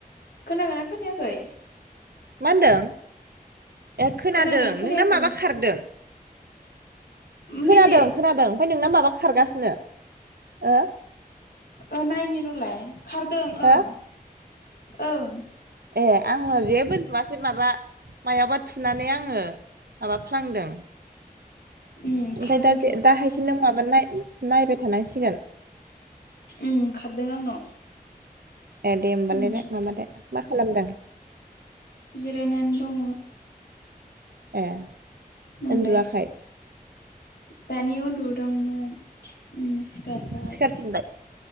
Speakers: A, on the left; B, on the right.
A: खोनागोनना खोनायाखै?
B: मा होनदों ए खोनादों
A: खोनागोनना खोनायाखै
B: नोंना माबा खारदों? खोनादों
A: मिनिट
B: खोनादों ओमफ्राय नोंना माबा खारगासिनो ओ
A: ओ नायनि र'लाय खारदों ओं
B: हो
A: ओं।
B: ए आङो जेबो नुवासै माबा मायावबा थुनानै आङो माबा फ्लांदों।
A: उम
B: ओमफ्राय
A: खारदोंथ'
B: दा दाहायसो नों माबा नायबाय थानांसिगोन।
A: ओंखारदों आंनाव।
B: ए दे होमबालाय
A: उम
B: दे माबा दे मा खालामदों?
A: जिरायनानै दङ
B: ए
A: नोंलाय
B: ओन्दुवाखाय?
A: दानि उन्दुदोंमोन ओ सिखारबाय।
B: सिखारफिनबाय